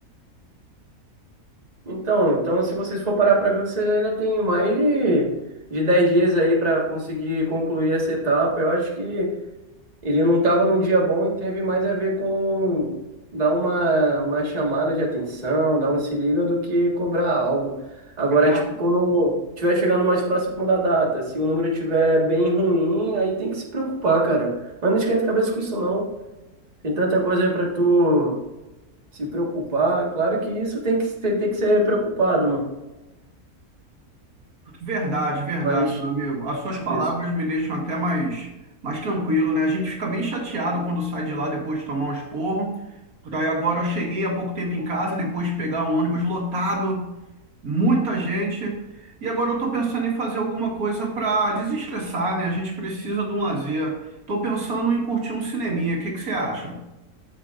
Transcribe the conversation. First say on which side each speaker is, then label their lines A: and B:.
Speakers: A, on the right; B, on the right.
A: Então, então, se vocês for parar para ver, vocês ainda têm mais de, de 10 dias aí para conseguir concluir essa etapa. Eu acho que ele não estava num dia bom e teve mais a ver com dar uma, uma chamada de atenção, dar um se liga do que cobrar algo. Agora,
B: É,
A: tipo, quando estiver chegando mais próximo da data, se o número estiver bem ruim, aí tem que se preocupar, cara. Mas não esquenta a cabeça com isso, não. Tem tanta coisa para tu se preocupar. Claro que isso tem que, tem, tem que ser preocupado,
B: verdade, verdade,
A: Mas
B: meu amigo. As suas
A: isso
B: palavras
A: com isso.
B: me deixam até mais, mais tranquilo, né? A gente fica bem chateado quando sai de lá depois de tomar um esporro. Por aí agora eu cheguei há pouco tempo em casa, depois de pegar um ônibus lotado. muita gente. E agora eu estou pensando em fazer alguma coisa para desestressar, né? A gente precisa de um lazer. Estou pensando em curtir um cineminha. O que que você acha?